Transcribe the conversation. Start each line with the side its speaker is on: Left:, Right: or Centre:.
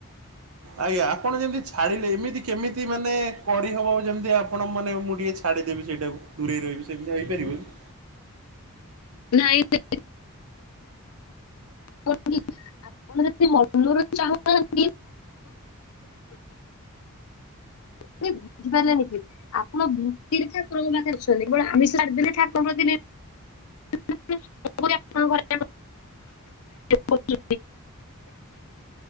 Right: ଆଜ୍ଞା ଆପଣ ଯେମତି ଛାଡିଲେ ଏମିତି କେ ମିତି ମାନେ କରିହବ ଯେମତି ଆପଣ ମାନେ ମୁଁ ଟିକିେ ଛାଡିଦେବି ସେଇଟାକୁ ଦୂରେଇ ରହିବି ସେମତି ହେଇପାରିବ କି?
Left: ନାଇଁ ସେ <unintelligible> ଆପଣ ଯଦି ମନୁରୁ ଚାହୁଁ ନାହାଁ <unintelligible> ବୁଝିପାଇଲେନି କି? ଆପଣ ଭିତିରି ଠାକୁରଙ୍କ ପାଖେ ଅଛନ୍ତି। କେବଳ ଆମିଷ ଛାଡିଦେଲେ ଠାକୁରଙ୍କ ପ୍ରତି ନେ <unintelligible> ପ୍ରତି